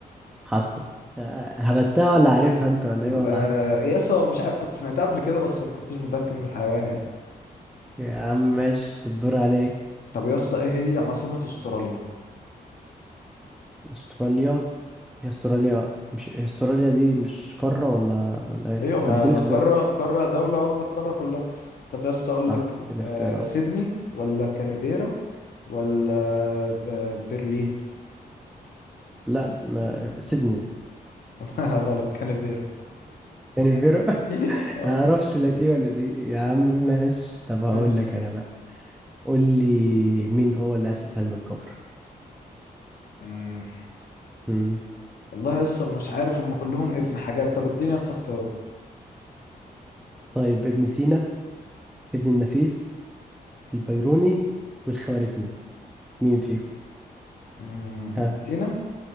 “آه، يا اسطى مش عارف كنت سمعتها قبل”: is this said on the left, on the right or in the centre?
Left